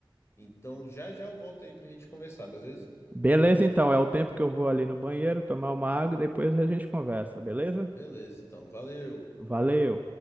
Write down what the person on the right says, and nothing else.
Beleza, então. É o tempo que eu vou ali no banheiro tomar uma água e depois a gente conversa, beleza?
Valeu!